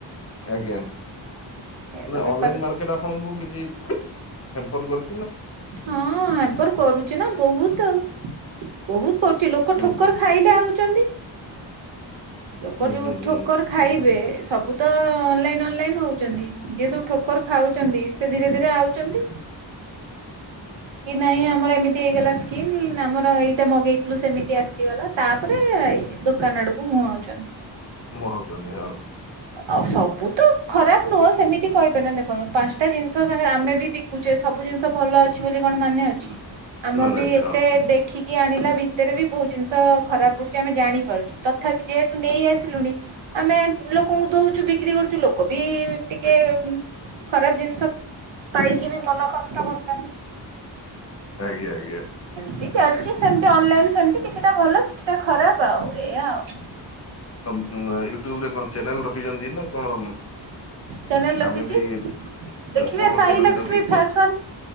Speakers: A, on the left; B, on the right.
A: ଆଜ୍ଞା
B: ଏ ତ
A: ନା
B: ବେପାର
A: ଅନଲାଇନ ମାର୍କେଟ ଆପଣଙ୍କୁ କିଛି <unintelligible> ହ୍ୟାମପର କରି
B: ହଁ ହ୍ୟାମ୍ପର କରୁଛି ନା ବହୁତ ଆଉ, ବହୁତ କରୁଛି ଲୋକ
A: ହୁଁ
B: ଠୋକର
A: ହୁଁ
B: ଖାଇଲେ ଆଉଛନ୍ତି। ଲୋକର
A: ହୁଁ
B: ଯୋଉ
A: ହୁଁ ହୁଁ
B: ଠୋକର ଖାଇବେ ସବୁ ତ-ଅ-ଅ-ଅ ଅନଲାଇନ ଅନଲାଇନ ହଉଛନ୍ତି। ଯିଏ ସବୁ ଠୋକର ଖାଉଛନ୍ତି ସେ ଧୀରେ ଧୀରେ ଆଉ ଛନ୍ତି। କି ନାଇଁ ଆମର ଏମିତି ହେଇଗଲା ସ୍କିନ୍ ଆମର ଏଇଟା ମଗେଇଥିଲୁ ସେମିତି ଆସିଗଲା ତାପରେ-ଏ-ଏ ହାଇ ଦୋକାନ ଆଡକୁ ମୁଆଉଛନ୍ତି।
A: ମୁହାଉଛନ୍ତି ହଁ।
B: ଆଉ ସବୁ ତ ଖରାପ ନୁହଁ ସେମିତି କହିପାରନି ଦେଖନ୍ତୁ ପାଞ୍ଚଟା ଜିନିଷ ସାଙ୍ଗରେ ଆମେ ବିକୁଛେ ସବୁ ଜିନିଷ ଭଲ ଅଛି ବୋଲି କଣ ମାନେ ଅଛି। ଆମ
A: ମାନେ
B: ବି
A: ଅଛି
B: ଏତେ
A: ହଁ
B: ଦେଖି କି ଆଣିଲା ଭିତରେ ବି ବହୁତ ଜିନିଷ ଖରାପ ପଡୁଛି ଆମେ ଜାଣି ପାରୁଛୁ। ତଥାପି ଯେହେତୁ ନେଇ ଆସିଲୁଣି ଆମେ ଲୋକଙ୍କୁ ଦଉଛୁ ବିକ୍ରି କରୁଛୁ ଲୋକ ବି-ଇ-ଇ ଟିକେ
A: ଆଜ୍ଞା
B: ଖରାପ ଜିନିଷ ପାଇକି ବି ମନ କଷ୍ଟ କରୁଛନ୍ତି।
A: ଆଜ୍ଞା ଆଞା।
B: ଏ ଚାଲିଛି ସେମିତି ଅନଲାଇନ ସେମିତି କିଛିଟା ଭଲ କିଛିଟା ଖରାପ ଆଉ ଏଇଆ ଆଉ।
A: ଉ ୟୁଟ୍ୟୁବ ରେ କଣ ଚ୍ୟାନେଲ ରଖିଛନ୍ତି ନା କଣ?
B: ଚ୍ୟାନେଲ ରଖିଛି
A: ଆମେ ବି-ଇ-ଇ-ଇ
B: ଦେଖିବେ
A: କଣ
B: ସାଇ
A: ଚ୍ୟାନେଲ
B: ଲକ୍ଷ୍ମୀ
A: ଟା କୁହନ୍ତୁ
B: ଫ୍ୟାସନ